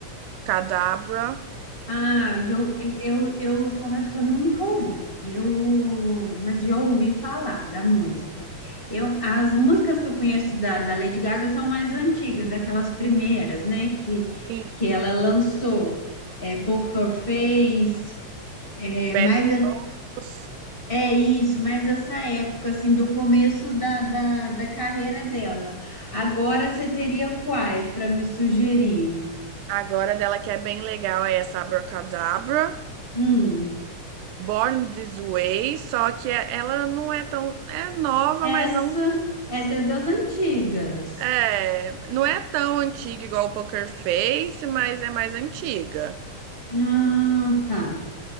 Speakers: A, on the right (about 90°); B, on the left (about 20°).
A: Abracadabra.
B: Ah, já eu, eu, eu confesso que eu nunca ouvi, eu, mas já ouvi falar da música. Eu, as músicas que eu conheço da, da Lady Gaga são mais antigas, aquelas primeiras, né, que,
A: Sim.
B: que ela lançou, é, Poker Face, é,
A: Bad
B: mais a-
A: Vocals.
B: é isso, Mas essa época, assim, do começo da, da, da carreira dela. Agora você teria quais para me sugerir?
A: Agora dela que é bem legal é essa Abracadabra.
B: Hum.
A: Born This Way. Só que ela não é tão... É nova,
B: Essa,
A: mas não
B: essa é das antigas.
A: É, não é tão antiga igual o Poker Face, mas é mais antiga.
B: Ah, tá.